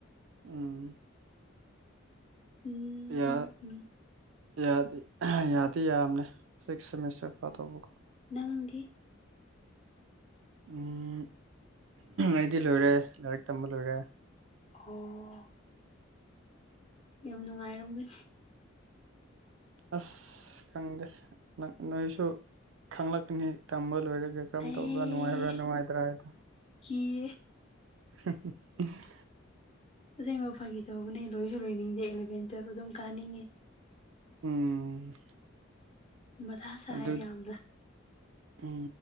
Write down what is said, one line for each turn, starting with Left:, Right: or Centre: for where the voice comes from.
Right: ꯎꯝ
Left: ꯎꯝꯍꯝꯍꯝ
Right: ꯌꯥ ꯌꯥꯗꯤ ꯌꯥꯗꯤ ꯌꯥꯝꯅꯦ ꯁꯤꯛꯁ ꯁꯦꯃꯤꯁꯇꯔ ꯄ ꯇꯧꯕꯀꯣ
Left: ꯅꯪꯗꯤ
Right: ꯎꯝ ꯑꯩꯗꯤ ꯂꯣꯏꯔꯦ ꯂꯥꯏꯔꯤꯛ ꯇꯝꯕ ꯂꯣꯏꯔꯦ
Left: ꯑꯣ ꯌꯥꯝ ꯅꯨꯡꯉꯥꯏꯔꯝꯒꯅꯤ
Right: ꯑꯁ ꯈꯪꯗꯦ ꯅꯪ ꯅꯣꯏꯁꯨ ꯈꯪꯂꯛꯀꯅꯤ ꯇꯝꯕ ꯂꯣꯏꯔꯒ ꯀꯔꯝ
Left: ꯑꯩ
Right: ꯇꯧꯕ꯭ꯔꯥ ꯅꯨꯡꯉꯥꯏꯕ꯭ꯔꯥ ꯅꯨꯡꯉꯥꯏꯇ꯭ꯔꯥ ꯍꯥꯏꯕꯗꯨ
Left: ꯀꯤꯌꯦ
Right: <unintelligible>
Left: ꯑꯁꯦꯡꯕ ꯐꯥꯒꯤ ꯇꯧꯕꯅꯦ ꯂꯣꯏꯁꯨ ꯂꯣꯏꯅꯤꯡꯗꯦ ꯑꯦꯂꯦꯚꯦꯟ ꯇ꯭ꯋꯦꯜꯚ ꯑꯗꯨꯝ ꯀꯥꯅꯤꯡꯉꯦ
Right: ꯎꯝ
Left: ꯃꯊꯥ ꯁꯥꯏꯌꯦ
Right: ꯑꯗꯨ
Left: ꯌꯥꯝꯅ
Right: ꯎꯝ